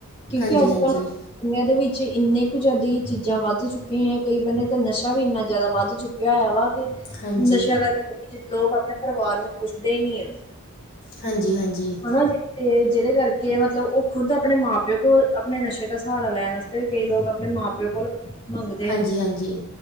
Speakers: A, on the left; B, on the left.
A: ਕਿਉਂਕਿ
B: ਹਾਂਜੀ
A: ਅੱਜ-ਕੱਲ
B: ਹਾਂਜੀ
A: ਦੁਨੀਆਂ ਦੇ ਵਿੱਚ ਇੰਨੇ ਕੁ ਜ਼ਿਆਦਾ ਚੀਜ਼ਾਂ ਵੱਧ ਚੁੱਕੀਆਂ ਐ ਕਈ ਬੰਦੇ ਤੇ ਨਸ਼ਾ ਵੀ ਇੰਨਾ ਜ਼ਿਆਦਾ ਵੱਧ ਚੁੱਕ ਹੋਇਆ ਇਹ ਵਾ ਕਿ,
B: ਹਾਂਜੀ
A: ਨਸ਼ਿਆਂ ਕਰਕੇ ਲੋਕ ਆਪਣੇ ਪਰਿਵਾਰ ਨੂੰ ਪੁੱਛਦੇ ਹੀ ਨੀ ਆ।
B: ਹਾਂਜੀ-ਹਾਂਜੀ।
A: ਹੈਨਾ ਜੇ ਤੇ ਜਿਹਦੇ ਕਰਕੇ ਮਤਲਬ ਉਹ ਖੁਦ ਆਪਣੇ ਮਾਂ-ਪਿਓ ਕੋਲ ਆਪਣੇ ਨਸ਼ੇ ਦਾ ਸਹਾਰਾ ਲੈਣ ਕਈ ਲੋਕ ਆਪਣੇ ਮਾਂ-ਪਿਓ ਕੋਲ ਮੰਗਦੇ
B: ਹਾਂਜੀ-ਹਾਂਜੀ,
A: ਨੇ